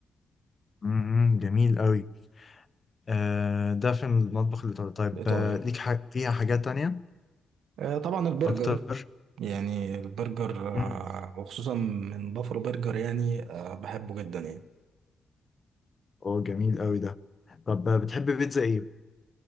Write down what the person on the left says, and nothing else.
امم امم، جميل قوي آه، ده في المطبح الإيطالي طيب
آه، ليك ح- فيها حاجات تانية
أكتر؟
امم
أوه جميل قوي ده طب آه، بتحب بيتزا إيه؟